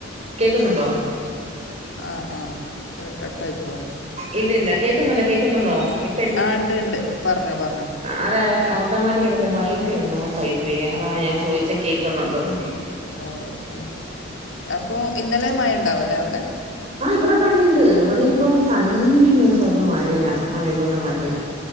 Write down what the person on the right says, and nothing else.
കേക്കുന്നുണ്ടോ.
ഇല്ലില്ല കേൾക്കുന്നുണ്ടോ
കേൾക്കുന്നുണ്ടോ
ഇപ്പം
അതെ കണക്ക് ഓട്ടോമാറ്റിക്കക്കണ്ട് വൈഫിയൊന്നു ഫൈഫയ അതാ ഞാ ചോയ്ച്ചെ കേക്കുന്നുണ്ടോന്ന്.
ആഹ് ഇവിടെ മഴയ്ണ്ട് ഇവിടെയിപ്പ കണ്ടിന്യൊസായിട്ട് മഴയാ മഴയോട് മഴയാ.